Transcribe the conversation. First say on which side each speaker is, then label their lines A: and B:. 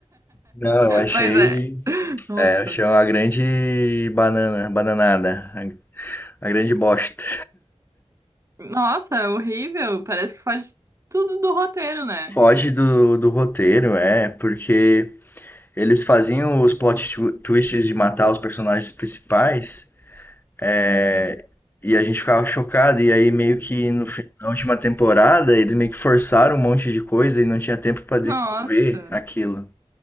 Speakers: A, on the left; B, on the right.
A: Não, eu achei,
B: Mas é. Nossa.
A: é, eu achei uma grande banana, bananada, a grande bosta.
B: Nossa, é horrível. Parece que faz tudo do roteiro, né?
A: Foge do, do roteiro, é, porque eles faziam os plot twi- twists de matar os personagens principais É, e a gente ficava chocado, e aí meio que no, fi- na última temporada eles meio que forçaram um monte de coisa e não tinha tempo pra desenvolver
B: Nossa,
A: aquilo.